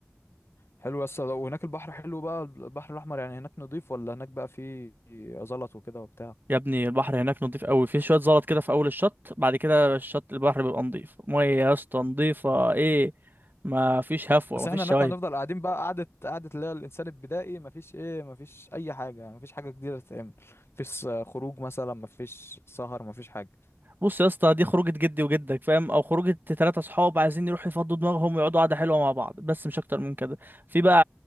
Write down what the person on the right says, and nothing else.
يا ابني البحر هناك نضيف قوي في شويه زلط كده في اول الشط بعد كده الشط البحر بيبقى نضيف ميه يا اسطى نضيفه ايه ما فيش هفوه
ما فيش
شوايب
بص يا اسطى دي خروجة جدي وجدك فاهم او خروجة تلاتة صحاب عايزين يروحوا يفضوا دماغهم ويقعدوا قعدة حلوة مع بعض بس مش اكتر من كده في بقى